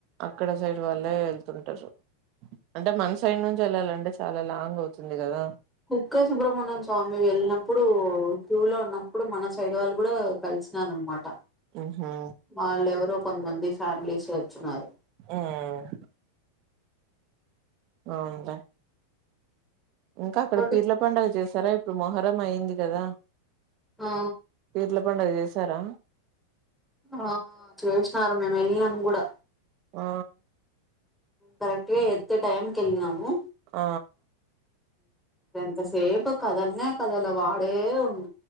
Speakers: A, on the right; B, in the centre.
A: అక్కడ సైడ్ వాళ్ళే వెళ్తుంటారు అంటే మన సైడ్ నుంచి వెళ్ళాలంటే చాలా లాంగ్ అవుతుంది కదా
B: కుకే సుబ్రహమణ్యం స్వామి వెళ్ళినప్పుడు ట్యూ లో ఉన్నప్పుడు మన సైడ్ వాళ్ళు కూడా కలిసి అన్నమాట
A: ఆహా
B: వాళ్ళు ఎవరో కొంతమంది ఫ్యామిలీస్ వచ్చిన్నారు
A: ఉమ్మ్ అవునులే ఇంకా అక్కడ
B: బట్
A: పీర్ల పడుగ చేసారా ఇప్పుడు మొహరం అయ్యింది కదా
B: ఆ
A: పీర్ల పండుగ చేశారా
B: ఆ చేసినారు మేము వెళ్ళినాం కూడా
A: ఆ
B: కరెక్ట్గా ఎత్తే టైంకి వెళ్ళినాము
A: ఆ
B: ఎంత సేపు కథల్ని కదల అవి ఆడే ఉ